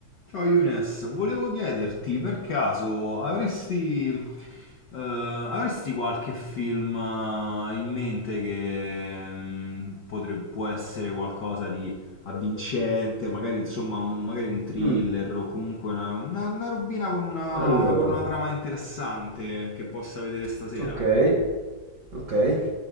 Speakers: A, on the left; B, on the right.
A: Ciao Younes, volevo chiederti per caso avresti, eh, avresti qualche film eh, in mente che mm, potre- può essere qualcosa di avvincente, magari insomma un, magari un thriller
B: Mh.
A: o comunque una, una- una robina con una,
B: Allora
A: con una trama interessante che possa vedere stasera?
B: Ok, ok.